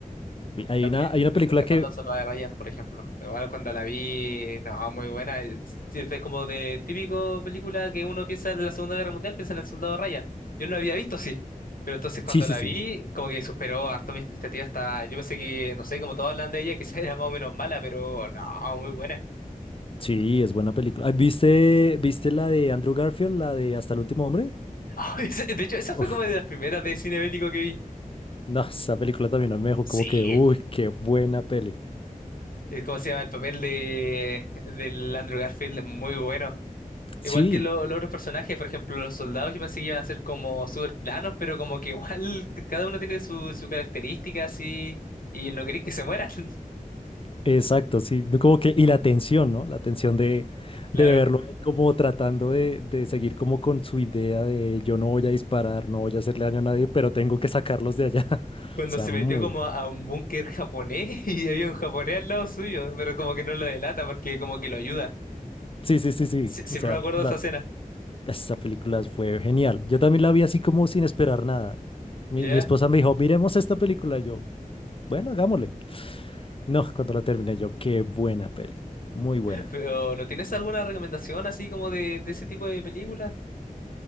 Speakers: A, on the left; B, on the left.
A: Uy, Hay
B: También
A: una, hay una
B: eh,
A: película
B: Rescatando
A: que.
B: al Soldado Ryan, por ejemplo. Igual cuando la vi, no, muy buena. Es, es como de típico película que uno piensa en la Segunda Guerra Mundial, piensa en el Soldado Ryan. Yo no la había visto, sí. Pero entonces cuando
A: Sí, sí,
B: la
A: sí.
B: vi, como que superó harto mis expectativas. Hasta, yo pensé que, no sé, como todos hablan de ella, quizás <laughs> era más o menos mala, pero no, muy buena.
A: Sí, es buena película. Ah, ¿Viste, viste la de Andrew Garfield, la de Hasta el último hombre?
B: <laughs> De hecho, esa
A: Uf,
B: fue como de las primeras de cine bélico que vi.
A: no, esa película también a mí me dejó
B: Sí.
A: como que, uy, qué buena peli.
B: eh, ¿Cómo se llama? El papel de del Andrew Garfield es muy bueno.
A: Sí,
B: Igual que lo- los otros personajes, por ejemplo, los soldados, yo pensé que iban a ser como súper planos, pero como que igual <laughs> cada uno tiene su, su característica así y no queréis que se mueran. <laughs>
A: exacto, sí. no Como que, y la tensión, ¿no? La tensión de,
B: Claro.
A: de verlo él como tratando de, de seguir como con su idea de yo no voy a disparar, no voy a hacerle daño a nadie, pero tengo que sacarlos de allá. <laughs>
B: Cuando
A: O sea,
B: se
A: muy.
B: metió como a un búnker japonés <laughs> y había un japonés al lado suyo, pero como que no lo delata porque como que lo ayuda.
A: Sí, sí, sí, sí.
B: Sie- siempre
A: O sea,
B: me acuerdo
A: la,
B: de esa escena,
A: Esta película fue genial. Yo también la vi así como sin esperar nada. Mi,
B: ¿ya?
A: mi esposa me dijo, miremos esta película. Yo, bueno, hagámosle. No, cuando la terminé yo, qué buena peli. Muy buena.
B: Pero ¿no tienes alguna recomendación así como de, de ese tipo de películas?